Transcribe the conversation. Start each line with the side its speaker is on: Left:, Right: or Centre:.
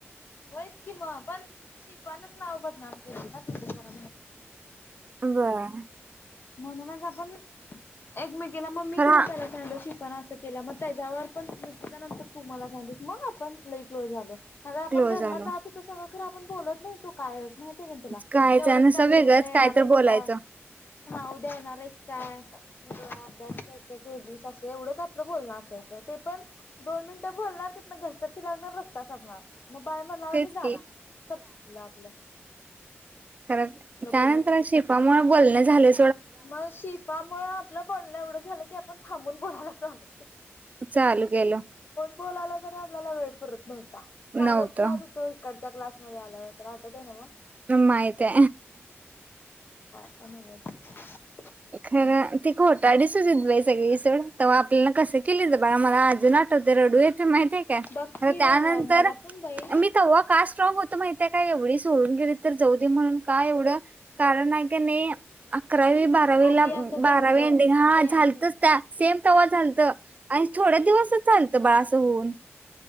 Left: होयत कि मग पण शिफान च नाव बदनाम केले का तुझ ब
Right: व
Left: म्हणूनच आपण एक मि ग म्ी
Right: खरा
Left: तुला पहिला फ्रंड श पण असं केल्या मग त्याच्यावर पण त्याच्यानंतर तू मला सांगितस मग आपण लई क्लोज झालो. अगर आपण
Right: क्लोज
Left: घरला
Right: झालो
Left: जातो तर सज र आपण बोलत नव्हतो कायच माहती आहे का ना तुला
Right: कायच
Left: तेवढंत
Right: नुसतं
Left: का तरी
Right: वेगळंच
Left: उद्या
Right: काय
Left: नारायज
Right: तर बोलायचं
Left: काय हा उद्या येणार आहेच काय अभ्यास काय काय केलीस असं एवढंच आपलं बोलणं असायचं ते पण दोन मिनिटं बोलणार ना घस्त ती लागणार रस्तचगणार म बाय म्हला
Right: तेच
Left: आणि जाणार
Right: की
Left: सपलं आपलं.
Right: कारण
Left: आपलं
Right: त्यानंतर
Left: बोलणं तिथं
Right: शिपामुळे
Left: संपत होतं.
Right: बोलणे झाले.
Left: मग शिफा मु आपलं बनण एवढं झालं की आपण थांबून. कोला अस <unintelligible>
Right: चालू गेलो.
Left: बोल आला तरी आपल्याला वेळ पडत म.
Right: नव्हतं
Left: चालत जात होत इकड. च्या क्लासमध्ये आल्यावर तर आठवत आहे ना मग.
Right: <unintelligible> ह्य ते
Left: धन्यवाद.
Right: खरं ती खोटाडीसचत बाई सगळी. आपल्याला कस केले तर ब मला अजून आठवत रडू. माहीती का
Left: बघ की
Right: त्यानंतर
Left: मला पण बाई
Right: मी तव्हा का. होत माहि का एवढी सोडून गेली, तर जाऊ दे म्हणून का एवढ कारण आहे अकरावी. बारावी
Left: आधी
Right: ला
Left: असं झालत
Right: बारावी अंडी हा
Left: सेम
Right: झालतच
Left: सेम
Right: त्या सेम. त्हा चालत आणि थोड दिवसच चालतं बाळ असं होऊन.